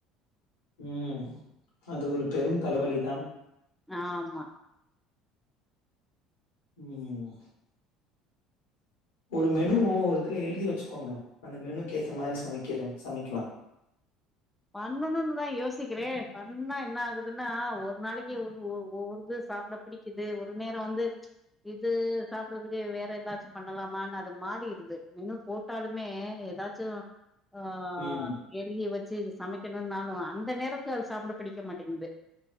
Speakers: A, on the left (about 75°); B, in the centre.
A: ம் அது ஒரு பெரும் தலைவலிதான்
B: ஆமா
A: ம் ஒரு மெனு ஒரு இதுல எழுதி வச்சுக்கோங்க அந்த மெனுக்கேத்த மாரி சமைக்கிற சமைக்கலா
B: பண்ணனுன்தா யோசிக்கிற பண்ணா என்ன ஆகுதுன்னா ஒரு நாளைக்கு ஒ ஒவ்வொருது சாப்ட பிடிக்குது ஒரு நேர வந்து இது சாப்றதுக்கு வேற எதாச்சு பண்ணலாமான்னு அது மாறிரிது மெனு போட்டாலுமே ஏதாச்சு ஆ
A: ம்
B: எழுதி வ சு சமைக்கணுனாலும் அந்த நேரத்து அது சாபட பிடிக்க மாட்டிங்குது,